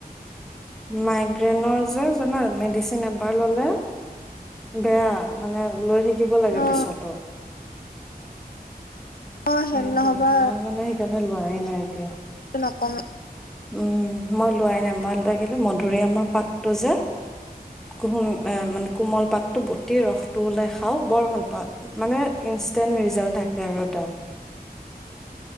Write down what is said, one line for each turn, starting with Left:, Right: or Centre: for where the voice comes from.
Centre: মাই ্ৰেনৰ য জানা মেডিচিননে ললে বেয়া মানে লৈ থাকি থাকিব লাগে
Left: অ
Centre: পিছতো <inaudible>
Left: অ হেম
Centre: সেইটোয়ে
Left: নহ'বা
Centre: মই মানে সেইকাৰণে লোৱাই নাই তে
Left: নকম
Centre: উম মই লোৱাই নাই মই লাগিলে মধুৰি আমাৰ পাতটো যে কুহুম মানে কোমল পাতটো বট ৰসটো ওলাই খাও বৰ ভাল পাওঁ মানে ইনেণ্ট ৰিজাল্ট থাকে আৰু এটা <inaudible>